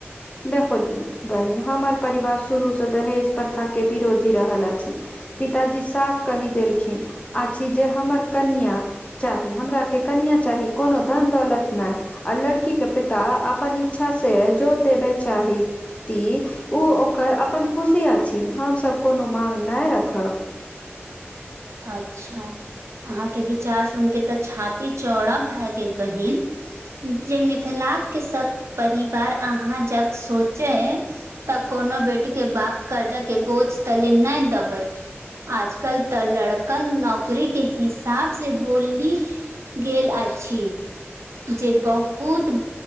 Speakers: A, on the left; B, on the right.
A: देखो बहिन हमर परिवार शुरू से दहेज प्रथा के विरोधी रहल अछि पिताजी साफ की देलखिन आछी जे हमर कनिया चाही हमरा के कनीआ चाही कोनो धन दौलत नय आ लड़की के पिता अपन इच्छा से जोर देबे चाही ती ओ ओकर अपन खुशी अछि हमसभ कोनो माँग नय रखब
B: अच्छा अहाँ के विचार सुन के तऽ छाती चौड़ा भए गेल बहिन जे मिथिला के सभ परिवार अहाँ जक सोचैइ तऽ कोनो बेटी के बाप कर्जा के बोझ तले नय देबै आजकल तऽ लड़कन नौकररी के हिसाब से बोलि गेल अछि जे बहुत